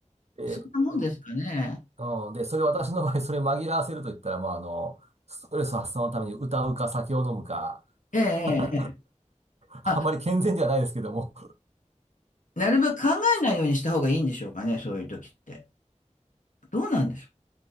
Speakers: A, on the right; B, on the left.
A: え
B: そんなもんですかね。
A: うん、で、それ私の場合、それ紛らわせると言ったら、まあ、あの、ストレス発散のために歌うか酒を飲むか、
B: ええ、
A: <laughs>
B: ええ。ええ
A: あんまり健全ではないですけども、
B: あ、なるべく考えないようにした方がいいんでしょうかね、そういう時って。どうなんでしょう。